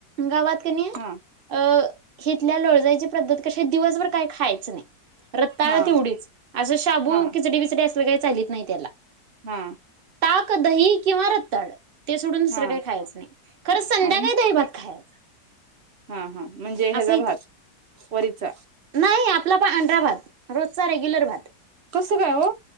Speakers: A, on the right; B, on the right.
A: गावात कन अं
B: हा
A: हथल्या लोळजयची पद्धत कशी दिवसभर काही खायच नाही रत्ताळ
B: हा
A: तेवढीच असं शाबू
B: हा
A: किचडी बिचडी अस ग का लील स् नाहीहितला
B: हा
A: ताक दही किंवा रत्ताड ते सोडून दुसरं
B: हा
A: काही खायच नाही खरं संध्याकाळी
B: आणि
A: दही भात खायला
B: हा हा म्हणजे हैजराभात
A: इत
B: वरचा
A: नाही आपला प अांढरा भात रोजचा रेग्युलर भात
B: कसं काय हो?